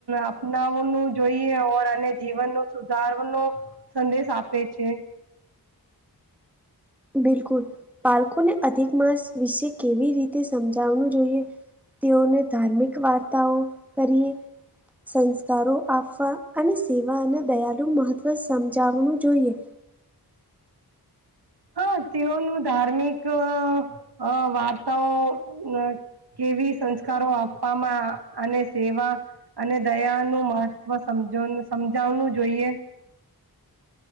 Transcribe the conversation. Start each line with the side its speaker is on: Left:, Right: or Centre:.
Right: અપનાવવાનું જોઈએ ઓર અને જીવન નો સુધાર નો સદેશ આપ આપે છે.
Centre: બિલકુલ બાલકોને અધિક માસ વિશે કેવી રીતે સમજાવું જોઈએ તેઓને ધાર્મિક વાર્તાઓ કરીએ સંસ્કારો આપવા અને સેવા અને દયાનુ મહત્ત્વ સમજાવનું જોઈએ
Right: હા તેઓનું ધાર્મિક અ વાર્તાઓ ને કેવી સંસ્કારો આપવામાં અને સેવા અને દયાનું મહત્વ સમજોન સમજાવનું જોઈએ